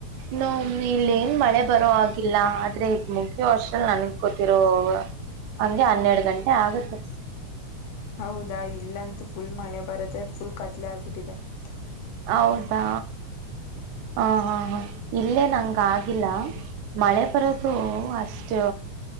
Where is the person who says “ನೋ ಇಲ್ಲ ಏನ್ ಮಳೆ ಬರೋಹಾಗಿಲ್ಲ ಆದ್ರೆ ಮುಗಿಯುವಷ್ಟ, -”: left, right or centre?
Right